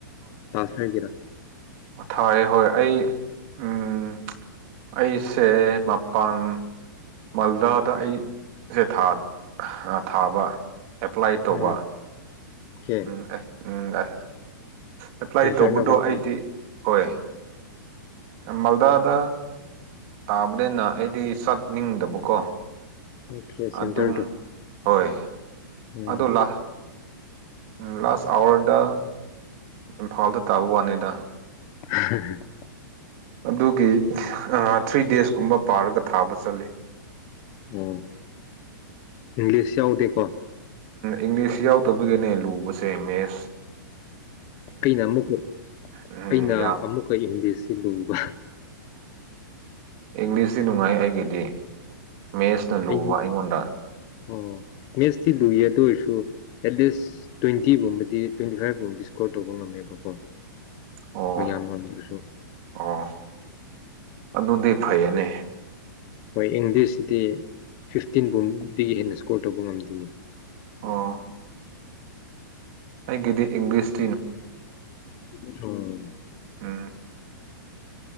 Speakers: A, on the left; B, on the right.
A: ꯇꯥꯁ ꯍꯥꯏꯒꯔ
B: ꯑꯣ ꯊꯥꯏ ꯍꯣꯏ ꯑꯩ ꯎꯝ ꯑꯩ ꯆꯦ ꯃꯄꯥꯟ ꯃꯥꯜꯗꯥꯗ ꯑꯩꯁꯦ ꯊꯥ ꯊꯥꯕ ꯑꯦꯄ꯭ꯂꯥꯏ ꯇꯧꯕ
A: ꯑꯥ ꯑꯣꯀꯦ
B: ꯎꯝ ꯎꯝ ꯑ ꯑꯦꯄ꯭ꯂꯥꯏ
A: ꯁꯦꯟꯇꯔꯅ
B: ꯇꯧꯕꯗꯣ
A: ꯀꯥꯏ
B: ꯑꯩꯗꯤ
A: ꯇꯥꯒꯦ
B: ꯍꯣꯏ ꯃꯜꯗꯥꯗ ꯇꯥꯕꯅꯦꯅ ꯑꯦꯗꯤ ꯁꯠ ꯅꯤꯡꯗꯕꯀꯣ
A: ꯑꯣꯀꯦ ꯁꯦꯟꯇꯔꯗꯣ
B: ꯑꯗꯨꯝ ꯍꯣꯏ
A: ꯎꯝ
B: ꯑꯗꯨ ꯂꯥꯛ ꯎꯝ ꯂꯥꯁ ꯑꯋꯥꯔꯗ ꯏꯝꯐꯥꯜꯗ ꯇꯥꯕ ꯋꯥꯅꯦꯗ
A: <inaudible>
B: ꯑꯗꯨꯒꯤ ꯊ꯭ꯔꯤ ꯗꯦꯁꯀꯨꯝꯕ ꯄꯥꯔꯒ ꯊꯥꯕ ꯆꯠꯂꯤ
A: ꯑꯣꯝ ꯏꯪꯂꯤꯁ ꯌꯥꯎꯗ ꯀꯣ
B: ꯏꯪꯂꯤꯁ ꯌꯥꯎꯗꯕꯒꯤꯅꯦ ꯂꯨꯕꯁꯦ ꯃꯦꯁ
A: ꯑꯩꯅ ꯑꯃꯨꯛꯀ
B: ꯎꯝ
A: ꯑꯩꯅ
B: ꯌꯥꯝ
A: ꯑꯃꯨꯛꯀ ꯏꯝꯗꯁꯤ ꯂꯨꯕ
B: ꯏꯪꯂꯤꯁꯁꯤ ꯅꯨꯡꯉꯥꯏ ꯑꯩꯒꯤꯗꯤ ꯃꯦꯠꯁꯅ ꯂꯨꯕ
A: ꯑ
B: ꯑꯩꯉꯣꯟꯗ
A: ꯑꯣ ꯃꯦꯁ ꯊ ꯂꯨꯏ ꯑꯗꯨ ꯑꯣꯏꯔꯁꯨ ꯑꯦꯠꯂꯤꯁ ꯇ꯭ꯋꯦꯟꯇꯤꯒꯨꯝꯕꯗꯤ ꯇ꯭ꯋꯦꯟꯇꯤ ꯐꯥꯏꯚꯒꯨꯝꯕꯗꯤ ꯁꯀꯣꯔ ꯇꯧꯕ ꯉꯝꯃꯦꯕꯀꯣ
B: ꯑꯣ
A: ꯃ ꯌꯥꯅ ꯋꯥꯁꯨ
B: ꯑꯣ ꯑꯗꯨꯗꯤ ꯐꯩꯌꯦꯅꯦ
A: ꯍꯣꯏ ꯑꯦꯡꯗꯤꯁꯤꯗꯤ ꯐꯤꯐꯇꯤꯟ ꯐꯨꯝꯕꯗꯒꯤ ꯍꯦꯟꯅ ꯁ꯭ꯀꯣꯔ ꯇꯧꯕ ꯉꯝꯗꯣꯏꯅꯤ
B: ꯑꯣ
A: ꯎ
B: ꯑꯩꯒꯤꯗꯤ ꯏꯪꯂꯤꯁ
A: ꯍꯝ
B: ꯎꯝ